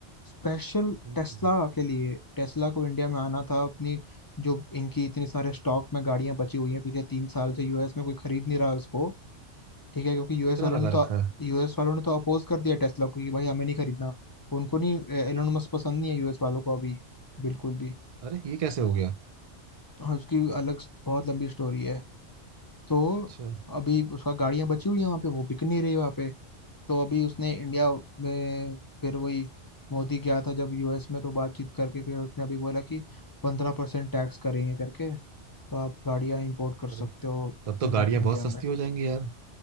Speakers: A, on the left; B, on the right.
A: स्पेशल
B: हम्म,
A: टेस्ला के लिए टेस्ला को इंडिया में आना था अपनी जो इनकी इतने सारे स्टॉक में गाड़ियां बची हुई हैं पिछले तीन साल से यूएस में कोई खरीद नहीं रहा इसको ठीक है क्योंकि यूएस
B: कितना
A: वालों
B: लगा
A: ने तो
B: रखा है
A: यूएस वालों ने तो अपोज कर दिया टेस्ला को कि भाई हमें नहीं खरीदना उनको नहीं एलोन मस्क पसंद नहीं है यूएस वालों को अभी बिल्कुल भी
B: अरे ये कैसे हो गया
A: और उसकी अलग बहुत लंबी स्टोरी है तो
B: अच्छा
A: अभी उसका गाड़ियां बची हुई हैं वहाँ पे वो बिक नहीं रही वहाँ पे तो अभी उसने इंडिया में फिर वही मोदी गया था जब यूएस में तो बातचीत करके फिर उसने अभी बोला कि पंद्रह परसेंट टैक्स करेंगे करके तो आप गाड़ियां इंपोर्ट कर सकते
B: अरे
A: हो
B: तब तो
A: इधर
B: गाड़ियां
A: इंडिया
B: बहुत सस्ती
A: में
B: हो जाएंगी यार